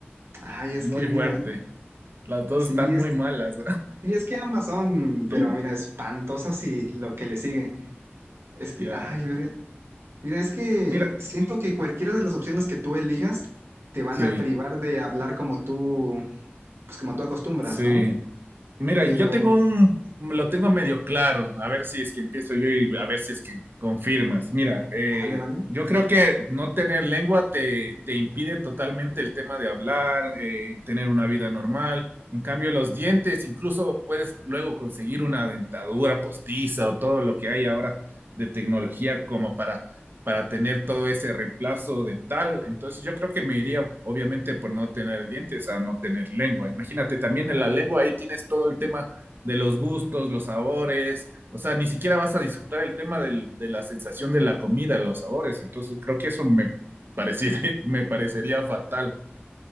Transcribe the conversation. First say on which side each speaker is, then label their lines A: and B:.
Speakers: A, on the right; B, on the right.
A: Ay, es
B: Muy
A: que mira,
B: fuerte. Las dos
A: sí
B: están
A: es,
B: muy malas.
A: sí es que ambas son, pero
B: <laughs>
A: mira, espantosas y lo que le sigue. Es que,
B: Ya.
A: ay, mira, mira, es que
B: Mira,
A: siento que cualquiera de las opciones que tú elijas te van
B: sí,
A: a privar de hablar como tú, pues como tú acostumbras,
B: sí.
A: ¿no?
B: Mira,
A: Pero,
B: yo tengo un, lo tengo medio claro, a ver si es que empiezo yo y a ver si es que confirmas. Mira, eh,
A: vale, vale.
B: yo creo que no tener lengua te, te impide totalmente el tema de hablar, eh, tener una vida normal. En cambio, los dientes, incluso puedes luego conseguir una dentadura postiza o todo lo que hay ahora de tecnología como para para tener todo ese reemplazo dental. Entonces yo creo que me iría obviamente por no tener dientes a no tener lengua. Imagínate, también en la lengua ahí tienes todo el tema de los gustos, los sabores, o sea, ni siquiera vas a disfrutar el tema del- de la sensación de la comida, los sabores. Entonces creo que eso me pareciera- <laughs> me parecería fatal.